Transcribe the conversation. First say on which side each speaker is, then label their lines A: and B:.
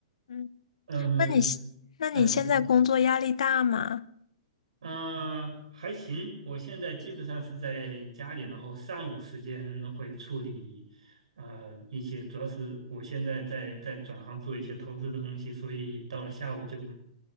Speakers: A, on the left (about 80°); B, on the right (about 90°).
A: 嗯，
B: 嗯
A: 那你现那你现在工作压力大吗？
B: 嗯、嗯，还行，我现在基本上是在家里，然后上午时间会处理，呃，一些主要是我现在在在转行做一些投资的东西，所以到了下午就，